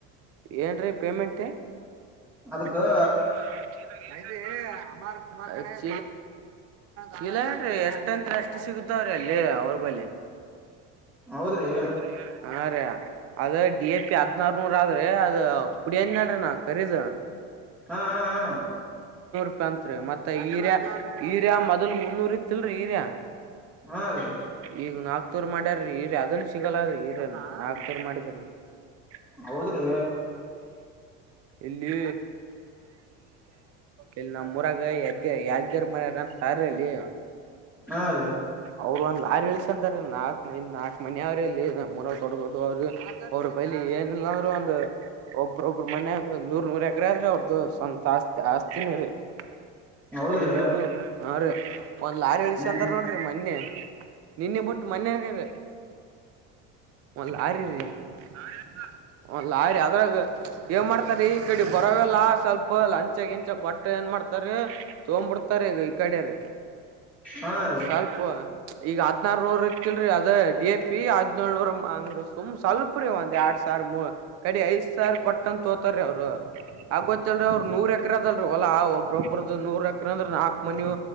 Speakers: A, on the right; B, in the centre.
A: ಏನ್ರೀ ಪೇಮೆಂಟ್ <inaudible>
B: ಅದಕ್ಕೆ <inaudible>
A: <unintelligible> ಚೀಲ ಏನ್ರಿ ಎಷ್ಟಂತ್ ಅಷ್ಟು ಸಿಗತಾವ್ರಿ ಅಲ್ಲಿ ಅವ್ರ ಬಲಿ <inaudible>
B: ಹೌದ್ರಿ
A: ಹೌದ್ ರೀ ಹಾ ರಿ <inaudible> ಅದೆ ಡಿ ಎ ಪಿ ಹದ್ನಾರ್ ನೂರ್ ಆದ್ರೇ ಅದು ಪುಡಿ ಹೇಳಿದ್ ನ ಅದೆ ಕರೀದು <inaudible>
B: ಹಾ ಹಾ ಹಾ
A: <unintelligible> ಅಂತ್ರಿ ಮತ್ತೆ ಹೀರ್ಯ ಹೀರ್ಯ ಮೊದಲ್ ಮುನ್ನೂರ್ ಇತ್ತಿಲ್ರಿ ಹೀರ್ಯ
B: ಹಾ ರೀ
A: ಈಗ ನಾಕ್ ತೂರ್ ಮಾಡ್ಯಾರೀ ಹೀರ್ಯ ಅದನ್ ಸಿಗಲ್ಲದ್ರಿ ಹರನ ನಾಲ್ಕ್ ತೂರ್ ಮಾಡಿದ್ <unintelligible>
B: ಹೌದ್ರೀ
A: ಇಲ್ಲಿ ಇಲ್ಲಿ ನಮ್ಮ್ ಊರಾಗ ಯಾದ್ಗ ಯಾದ್ಗರಿ ಮನೆರಾ ಸಾರಲ್ಲಿ
B: ಹಾ ರೀ
A: ಅವ್ರ್ ಒಂದ್ ಲಾರಿ ಗಳಿಸ ಅಂದಾರ ನಾಕ್ ಮ ನಾಲ್ಕ್ ಮಿ ಅವ್ರರು ಇಲ್ಲಿ ನಮ್ಮನ್ ದೊಡ್ಡ ದೊಡ್ಡ ಅವ್ರರು ಅವ್ರ್ ಪೈಲಿ ಏನಿಲ್ಲ ಅಂದ್ರೂ ಒಂದು ಒಬ್ ಒಬ್ರು ಮನೆಗ್ ನೂರ್ ನೂರ್ ಎಕರೆ ಆದ್ರೆ ಅವ್ರ್ ದು ಸ್ವಂತ ಆಸ್ತಿ ಆಸ್ತೀನೆ ರೀ <inaudible>
B: ಹೌದ್ರಿ
A: ನೂರ್ ನೂರ್ ಹಾರೀ ಒಂದ್ ಲಾರಿ ಇಳ್ಸಂದ್ರ್
B: ಹ್ಮ್
A: ನೋಡ್ರಿ ಮೊನ್ನೆ ನಿನ್ನೆ ಬಿಟ್ಟು ಮೊನ್ನೆನೆರೆ ಒಂದ್ ಲಾರಿ ರೀ <inaudible> <unintelligible> ಲಾರಿ ಅದ್ರಾಗ ಏನ್ ಮಾಡ್ತಾರಿ ಈ ಕಡೆ ಬರೋವೆಲ್ಲ ಸ್ವಲ್ಪ ಲಂಚ ಗಿಂಚ ಕೊಟ್ರೆ ಏನ್ ಮಾಡ್ <inaudible> ಮಾಡ್ತಾರೆ ತಗೋಂಡ್ ಬಿಡ್ತಾರೆ ಈಗ ಈ ಕಡೆರ್
B: ಹಾ ರೀ
A: ಸ್ವಲ್ಪ <inaudible> ಈಗ ಹದ್ನಾರ್ ನೂರ್ ಇತತ್ತಿಲ್ರೀ ಅದೇ ಡಿ ಎ ಪಿ ಹದ್ನೆಳ್ನೂರ್ ಹಂಗ ಸುಮ್ ಸ್ವಲ್ಪ್ <inaudible> ್ರೀ ಒಂದ್ ಎರಡ್ ಸಾವಿ ಮೂ ಕಡೆ ಐದ್ ಸಾವಿ ಕೊಟ್ಟನ್ ತೋತಾರೀ ಅವರು ಆಗೋತ್ತಲ್ರೀ ಅವರು ನೂರ ಎಕರ ಒಲಾ ಒಬ್ಬ್ರೊಬ್ಬ್ರದು ನೂರ್ ಎಕರೆ ಅಂದ್ರೆ ನಾಕಕ್ ಮನವು